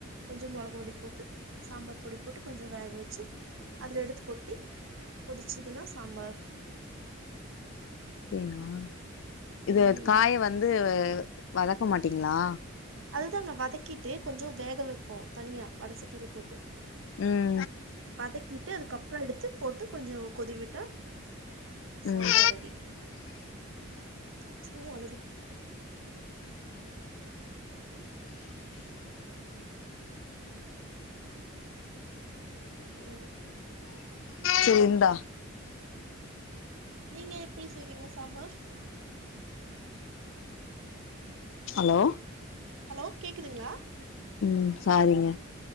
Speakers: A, on the right (about 70°); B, on the left (about 65°).
A: கொஞ்சோ மெளகு பொடி போட்டு சாம்பார் பொடி போட்டு கொஞ்ச வேக வெச்சு அதுல எடுத்து கொட்டி கொதிச்சதுன்னா சாம்பார்
B: அப்டியா இதுல
A: ம்
B: காய வந்து வதக்க மாட்டீங்ளா
A: அதுதாங்க வதக்கிட்டு கொஞ்ச வேக வெப்போம் தனியா வட சட்டில போட்டு
B: ம்
A: வதக்கிட்டு அதுக்கப்ற எடுத்து போட்டு கொஞ்சோ கொதிவிட் ட்டு சாம்பார்
B: ம்
A: ரெடி நெச்சமாவே அவ்ளோ தா ஹலோ
B: செரி இந்த
A: நீங்க எப்டி செய்வீங்க சாம்பார்
B: ஹலோ
A: ஹலோ கேக்குதுங்ளா
B: ம் சாரிங்க